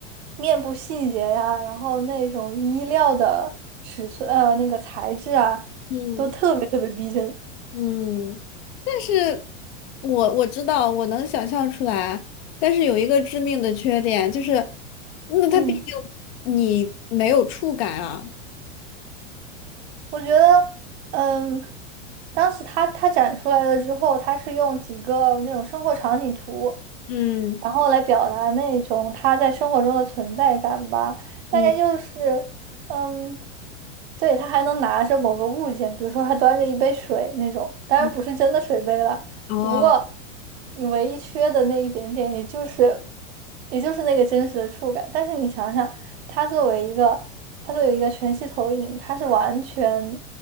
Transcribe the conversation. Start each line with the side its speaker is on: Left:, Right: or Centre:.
Right: 面部细节呀、然后那种衣料的尺寸，呃，那个材质啊，
Left: 嗯
Right: 特别特别逼真。
Left: 嗯。但是我我知道，我能想象出来，但是有一个致命的缺点，就是，那它毕竟
Right: 嗯。
Left: 你没有触感啊。
Right: 我觉得，嗯，当时他他展出来了之后，他是用几个那种生活场景图，
Left: 嗯
Right: 然后来表达那种他在生活中的存在感吧。大概就是，
Left: 嗯
Right: 嗯，对，他还能拿着某个物件，比如说他端着一杯水那种，当然不是真的水杯了，
Left: 嗯，哦，
Right: 只不过你唯一缺的那一点点，也就是。也就是那个真实的触感。但是你想想，它作为一个，它作为一个全息投影，它是完全